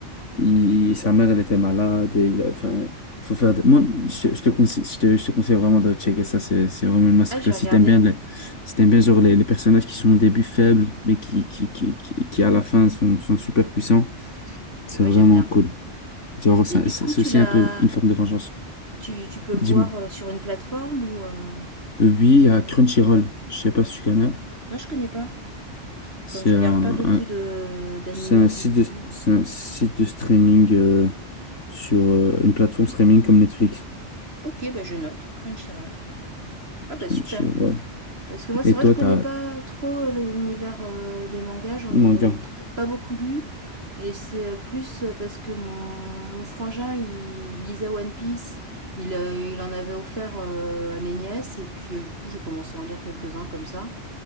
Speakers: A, on the left (about 80°); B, on the right (about 60°).
A: il, il- sa mère, elle était malade, et il a- enfin, faut faire des- Moi, je, je te conseille, je te, je te conseille vraiment de checker ça, c'est, c'est vraiment une masterclass.
B: Ah j'ai regardé,
A: Si t'aimes bien les, si t'aimes bien, genre, les, les personnages qui sont au début faibles, mais qui, qui, qui, qui, qui à la fin sont, sont super puissants, c'est
B: oui
A: vraiment
B: j'aime bien.
A: cool. Genre, ça-
B: Et du
A: ça-
B: coup
A: c'est
B: tu
A: aussi
B: l'as,
A: un peu une forme de vengeance.
B: tu, tu peux le
A: Dis-moi.
B: voir euh, sur une plateforme ou, euh,
A: Euh, Oui,
B: ou...
A: il y a Crunchyroll.
B: euh,
A: Je sais pas si tu connais.
B: Non je connais pas,
A: C'est
B: comme je regarde
A: un,
B: pas beaucoup
A: un-
B: de d'animés
A: c'est un site
B: du coup.
A: de, c'est un site de streaming euh, sur euh, une plateforme streaming comme Netflix.
B: Ok bah je note, Crunchyroll. Ah bah
A: Crunchyroll.
B: super. Parce que moi, c'est
A: Et
B: vrai
A: toi,
B: que je connais
A: t'as
B: pas trop l'univers euh, des mangas, j'en
A: manga.
B: ai tr- pas beaucoup lu. Et c'est euh, plus euh, parce que mon, mon frangin, il lisait One Piece, il, euh, il en avait offert euh, à mes nièces, et puis euh, du coup, j'ai commencé à en lire quelques-uns comme ça.